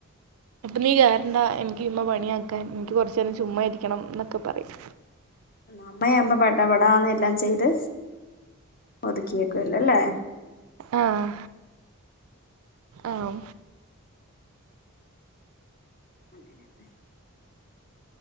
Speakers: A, on the right; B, on the left.
A: നീ കാറേണ്ട എനിക്ക് ചുമ്മ പണിയാക്കാൻ എനിക്ക് കുറച്ച നേരം ചുമ്മ ഇരിക്കണം എന്നൊക്കെ പറയും
B: അമ്മയാമ്പ പട പടന്ന് എല്ലാം ചെയ്ത് ഒതുക്കിയേക്കു ലല്ലേ
A: ആഹ് ആഹ്
B: അങ്ങനെ ഏഹ്